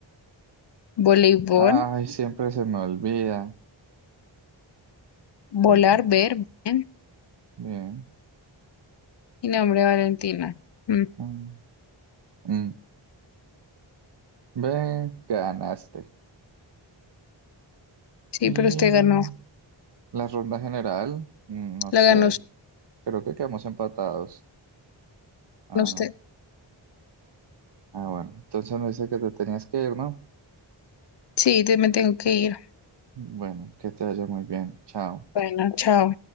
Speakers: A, on the left (about 60°); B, on the right (about 60°).
A: Voleibol,
B: ay, siempre se me olvida.
A: volar,
B: Mm, mm,
A: ver, bien.
B: Bien.
A: Y nombre Valentina. Mm,
B: Mm. Mm, Ve, ganaste.
A: Sí,
B: Y
A: pero usted ganó.
B: la ronda general, mm, no
A: La
B: sé,
A: ganó s-
B: creo que quedamos empatados. Ah,
A: usted.
B: no. Ah, bueno, entonces me dice que te tenías que ir, ¿no?
A: Sí, te- me tengo que ir.
B: Bueno, que te vaya muy bien. Chao.
A: Bueno, chao.